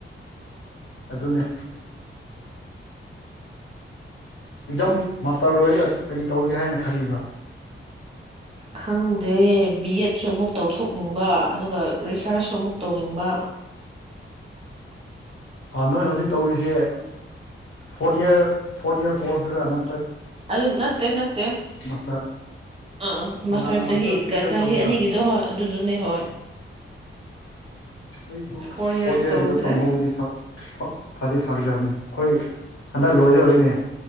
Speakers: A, on the left (about 80°); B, on the right (about 30°).
A: ꯑꯗꯨꯅꯦ ꯑꯦꯛꯖꯥꯝ ꯃꯥꯁꯇꯔ ꯂꯣꯏꯔꯒ ꯀꯔꯤ ꯇꯧꯔꯒꯦ ꯍꯥꯏꯅ ꯈꯜꯂꯤꯕ꯭ꯔꯥ
B: ꯈꯪꯗꯦ ꯕꯤ ꯑꯦꯠꯁꯨ ꯑꯃꯨꯛ ꯇꯧꯊꯣꯛꯅꯤꯡꯕ ꯑꯗꯨꯒ ꯔꯤꯁꯥꯔꯁꯁꯨ ꯑꯃꯨꯛ ꯇꯧꯅꯤꯡꯕ
A: ꯅꯣꯏ ꯍꯧꯖꯤꯛ ꯇꯧꯔꯤꯁꯦ ꯐꯣꯔꯠ ꯏꯌꯥꯔ ꯐꯣꯔꯠ ꯏꯌꯥꯔ ꯀꯣꯔꯁꯇꯔ ꯅ
B: ꯑꯗꯨ ꯅꯠꯇꯦ ꯅꯠꯇꯦ
A: ꯃꯥꯁꯇꯔ
B: ꯑꯥ
A: ꯇꯣꯉꯥꯟꯅ
B: ꯃꯁꯇꯔ
A: ꯃꯥꯁꯇꯔ
B: ꯆꯍꯤ
A: ꯇꯨ ꯌꯔꯁ
B: ꯆꯍꯤ
A: ꯇꯧꯒꯗ꯭ꯔꯥ
B: ꯑꯅꯤꯒꯤꯗꯣ ꯍꯣꯏ ꯑꯗꯨꯗꯨꯅꯦ ꯍꯣꯏ
A: ꯑꯩꯁꯨ
B: ꯐꯣꯔ
A: ꯑꯁ ꯐꯣꯔꯠ
B: ꯌꯔ
A: ꯏꯌꯥꯔꯒꯤꯗꯣ
B: ꯇꯧꯗ꯭ꯔꯦ
A: ꯇꯝꯍꯧꯗꯤ ꯐꯗꯤ ꯐꯒꯗꯕꯅꯤ ꯑꯩꯈꯣꯏ ꯍꯟꯗꯛ ꯂꯣꯏꯗꯧꯔꯤꯅꯦ